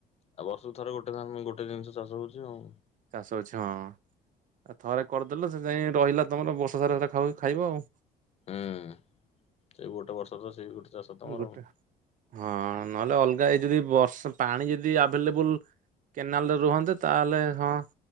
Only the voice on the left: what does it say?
ଆଉ ବର୍ଷକୁ ଥରେ ଗୋଟେ ଗୋଟେ ଜିନଷ ଚାଷ ହଉଛି ଆଉ।
ହୁଁ ସେଇ ଗୋଟେ ବର୍ଷ ତ ସେଇ ଚାଷ ତମର
ଆଉ।